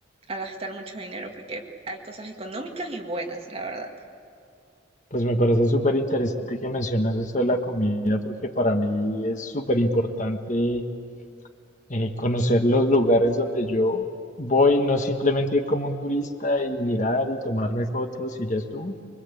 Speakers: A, on the right; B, on the left.
A: a gastar mucho dinero porque hay cosas económicas y buenas, la verdad.
B: Pues me parece súper interesante que mencionas esto de la comida porque para mí es súper importante eh, conocer los lugares donde yo voy, no simplemente ir como un turista y mirar y tomarme fotos y ya estuvo,